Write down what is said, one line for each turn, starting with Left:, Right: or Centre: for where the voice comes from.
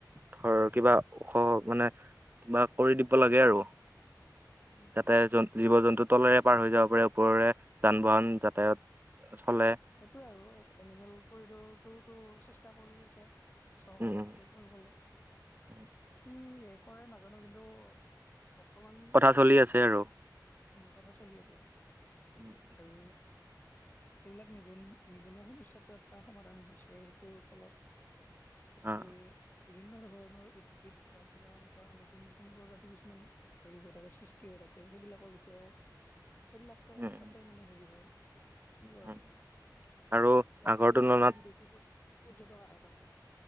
Right: ধৰ কিবা ওখ মানে কিবা কৰি দিব লাগে আৰু,
Left: উম উম
Right: যাতে
Left: উম
Right: জন- জীৱ জন্তু তলেৰে পাৰ হৈ যাব পাৰে ওপৰৰে যান বাহন যাতায়াত
Left: <unintelligible>
Right: চলে
Left: সেইটোৱে আৰু এনিমেল কৰিডৰটো চেষ্টা কৰি আছে, চৰকাৰে
Right: উম উম
Left: এইটো কৰিবলে,
Right: উম
Left: কি কৰে নাজানো কিন্তু বৰ্তমান
Right: কথা চলি
Left: য
Right: আছে আৰু
Left: যিটো উম, কথা চলি আছে
Right: উম
Left: আৰু। যিবিলাক নিবন নিবনুৱা সমস্যাটো এটা সমাধান হৈছে সেইটোৰ ফলত। তাৰোপৰি
Right: অ
Left: বিভিন্ন ধৰণৰ উদ্ভিদ বা কিবা এনেকুৱা নতুন-নতুন প্ৰজাতি কিছুমান হেৰি হৈ থাকে সৃষ্টি হৈ থাকে। সেইবিলাকৰ বিষয়েও সেইবিলাকো
Right: উম উম
Left: তাতে মানে হেৰি হয় এনেকুৱা আৰু
Right: উম আৰু
Left: এতিয়া
Right: আগৰ
Left: বহুত
Right: তুলনাত
Left: দেশী-বিদশী পৰ্যটক আহে তাতে।